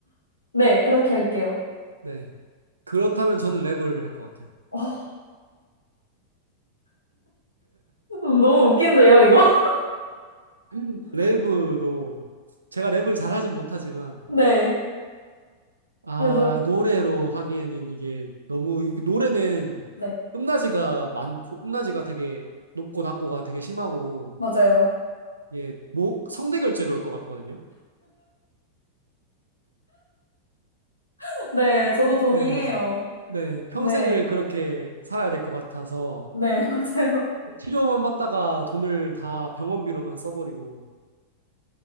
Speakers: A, on the left; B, on the right.
A: 네, 그렇게 할게요.
B: 네. 그렇다면 저는 랩을 할 것 같아요.
A: 어, <laughs> 너무 웃긴데요, 이거? <laughs>
B: <laughs> 랩으로 제가 랩을 잘하진 못하지만
A: 네,
B: 아
A: 그래도,
B: 노래로 하기에는 이게 너무 이 노래는
A: 네,
B: 음낮이가 많고 음낮이가 되게 높고 낮고가 되게 심하고
A: 맞아요.
B: 이게 목 성대 결절이 올 것 같거든요.
A: <laughs> 네, 저도 동의해요.
B: 네. 네, 평생을
A: 네,
B: 그렇게 살아야 될 것 같아서
A: 네, <laughs> 맞아요.
B: 치료만 받다가 돈을 다 병원비로만 써버리고